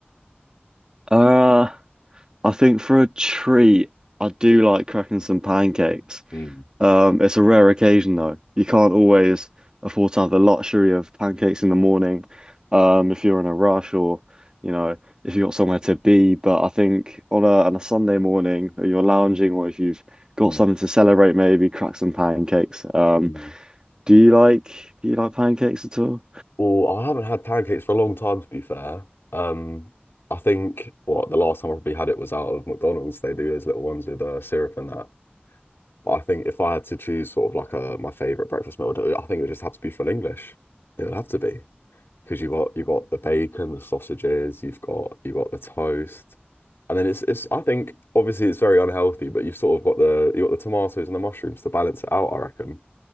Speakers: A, on the right; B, on the left.
A: Uh, I think for a treat, I do like cracking some pancakes.
B: Mm,
A: Um, it's a rare occasion though. You can't always afford to have the luxury of pancakes in the morning, um, if you're in a rush or, you know, if you've got somewhere to be. But I think on a on a Sunday morning, or you're lounging, or if you've got
B: mm,
A: something to celebrate, maybe crack some pancakes. Um,
B: mm.
A: do you like do you like pancakes at all?
B: Well, I haven't had pancakes for a long time, to be fair. Um, I think what the last time I probably had it was out of McDonald's. They do those little ones with uh, syrup and that. But I think if I had to choose sort of like a my favorite breakfast meal, I think it would just have to be full English. It would have to be. because you've got you've got the bacon, the sausages, you've got you've got the toast, and then it's it's I think obviously it's very unhealthy, but you've sort of got the you've got the tomatoes and the mushrooms to balance it out, I reckon.